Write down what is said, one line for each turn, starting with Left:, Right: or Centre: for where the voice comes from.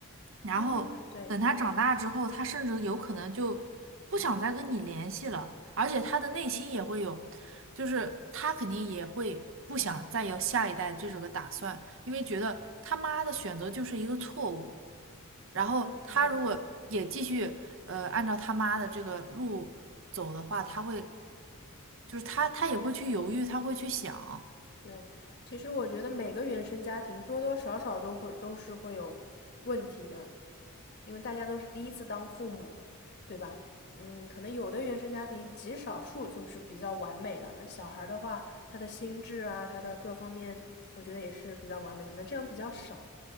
Right: 然后等他长大之后，
Left: 嗯对
Right: 他甚至有可能就不想再跟你联系了，而且他的内心也会有，就是他肯定也会不想再有下一代这种个打算，因为觉得他妈的选择就是一个错误。然后他如果也继续呃按照他妈的这个路走的话，
Left: 嗯
Right: 他会就是他他也会去犹豫，他会去想。
Left: 对，其实我觉得每个原生家庭多多少少都会都是会有问题的，因为大家都是第一次当父母，对吧？嗯，可能有的原生家庭极少数就是比较完美的，那小孩儿的话，他的心智啊，他的各方面，我觉得也是比较完美，可能这样比较少。